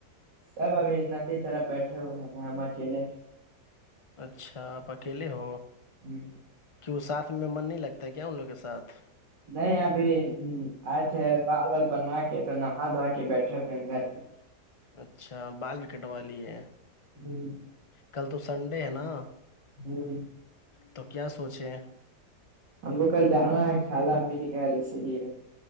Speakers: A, on the right (about 85°); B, on the left (about 30°).
A: سب ابھی ندی چلپ بیٹھے ہوئے ہیں ہم اکیلے
B: اچھا آپ اکیلے ہو
A: جی
B: کیوں ساتھ میں من نہیں لگتا ہے کیا ان لوگ کے ساتھ
A: نہیں ابھی آئے تھے بال و بنوا کے تو نہا دھو کے بیٹھے ہوئے ہیں گھر
B: <inaudible>
A: پہ
B: اچھا بال وکٹ والی ہے
A: ہ
B: کل تو سنڈے ہے نا
A: جوں
B: تو کیا سوچیں
A: ہم کو کل جانا ہے خیال امی کے گھر اسی لیے